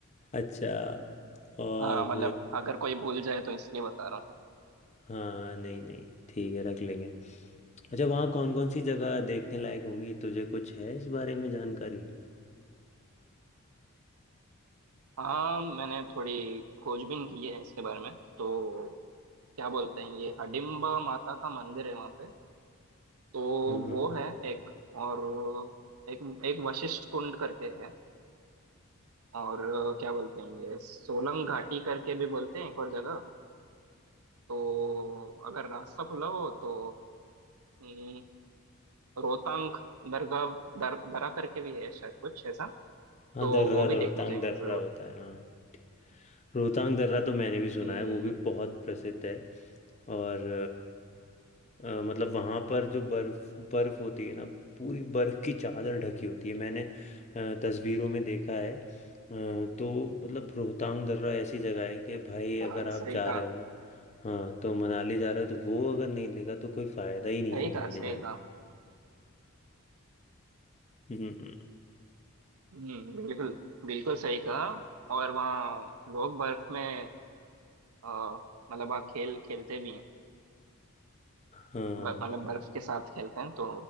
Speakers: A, on the left; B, on the right.
A: अच्छा और
B: हाँ मतलब अगर कोई भूल जाए तो इसलिए बता रहा हूँ
A: हाँ नहीं नहीं ठीक है रख लेंगे अच्छा वहाँ कौन कौन सी जगह देखने लायक होंगी तुझे कुछ है इस बारे में जानकारी
B: हाँ मैंने थोड़ी खोजबीन की है इसके बारे में तो क्या बोलते हैं ये हडिम्बा माता का मंदिर है वहाँ पे तो
A: हाँ
B: वो है एक और एक एक वशिष्ठ कुंड करके है और क्या बोलते हैं ये सोलंग घाटी करके भी बोलते हैं एक और जगह तो अगर रास्ता खुला हो तो हम्म, रोहतांग दरगाह दर, दरा करके भी है शायद कुछ ऐसा
A: हाँ
B: तो
A: दर्रा
B: वो भी
A: दर- रोहतांग
B: देखने जाएंगे
A: दर्रा
B: जरूर
A: होता है हाँ ठीक रोहतांग दर्रा तो मैंने भी सुना
B: हम्म
A: है वो भी बहुत प्रसिद्ध है और अ, अ, मतलब वहाँ पर जो बर्फ बर्फ होती है ना पूरी बर्फ की चादर ढकी होती है मैंने अ, तस्वीरों में देखा है अ, तो मतलब रोहतांग दर्रा ऐसी जगह है कि भाई
B: हाँ
A: अगर आप
B: सही
A: जा
B: कहा।
A: रहे हो ना हाँ तो मनाली जा रहे हो तो वो अगर नहीं देखा तो कोई फायदा ही नहीं
B: सही
A: है
B: कहा
A: मनाली
B: सही
A: जाने
B: कहा
A: हम्म,
B: हम्म बिल्कुल बिल्कुल सही कहा और वहाँ लोग बर्फ में अ, मतलब वहाँ खेल खेलते भी हैं
A: हाँ
B: ब- मतलब बर्फ के साथ खेलते हैं तो